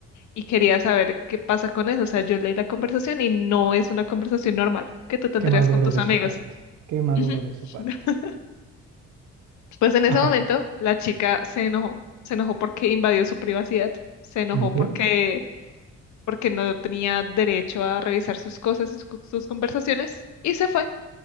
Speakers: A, on the left (about 70°); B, on the right (about 75°).
A: Y quería saber qué pasa con eso. O sea, yo leí la conversación y no es una conversación normal que tú tendrías
B: Qué maduro
A: con tus
B: de
A: amigos.
B: su parte. Qué maduro
A: Ujú.
B: de su parte.
A: <laughs> Pues en ese
B: Ajá,
A: momento la chica se enojó, se enojó porque invadió su privacidad, se enojó
B: obvio.
A: porque, porque no tenía derecho a revisar sus cosas y su- sus conversaciones y se fue,